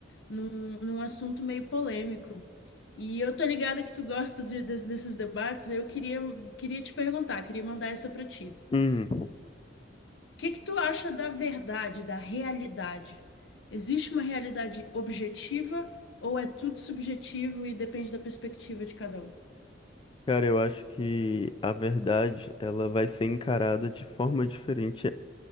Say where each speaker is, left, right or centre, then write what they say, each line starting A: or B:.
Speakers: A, on the left; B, on the left.
A: num, num assunto meio polêmico. E eu tô ligada que tu gosta de- de- desses debates, eu queria, queria te perguntar, queria mandar essa pra ti.
B: Hum,
A: O que que tu acha da verdade, da realidade? Existe uma realidade objetiva ou é tudo subjetivo e depende da perspectiva de cada um? <laughs>
B: cara, eu acho que a verdade ela vai ser encarada de forma diferente,